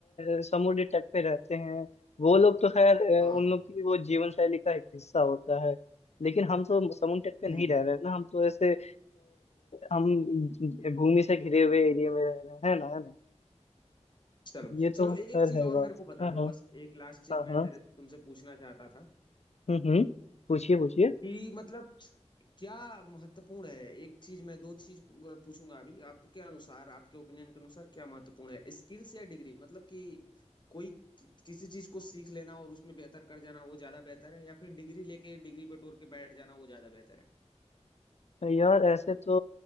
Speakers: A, on the left (about 65°); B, on the left (about 40°).
A: अ, समुद्र तट पे रहते हैं वो लोग तो खैर अ,
B: हाँ
A: उन
B: हाँ
A: लोग की वो जीवन शैली का एक हिस्सा होता है लेकिन हम तो समुद्र तट पे नहीं
B: हम्म
A: रह रहे हैं ना हम तो ऐसे अ, हम भूमि से घिरे हुए एरिया में रह रहे हैं है ना है ना
B: चलो
A: ये तो
B: चलो
A: खैर
B: एक चीज
A: है
B: और
A: बात
B: मेरे को बता
A: हाँ हाँ
B: दो बस एक लास्ट चीज
A: हाँ
B: मैं
A: हाँ
B: तेरे तुमसे पूछना चाहता था
A: हम्म हम्म पूछिए पूछिए
B: कि मतलब क्या महत्वपूर्ण है एक चीज मैं दो चीज पूछूंगा अभी आपके अनुसार आपके ओपिनियन के अनुसार क्या महत्वपूर्ण है स्किल्स या डिग्री मतलब कि कोई कि, किसी चीज को सीख लेना और उसमें बेहतर कर जाना वो ज्यादा बेहतर है या फिर डिग्री लेके डिग्री पे टोर के बैठ जाना वो ज्यादा बेहतर है
A: यार ऐसे तो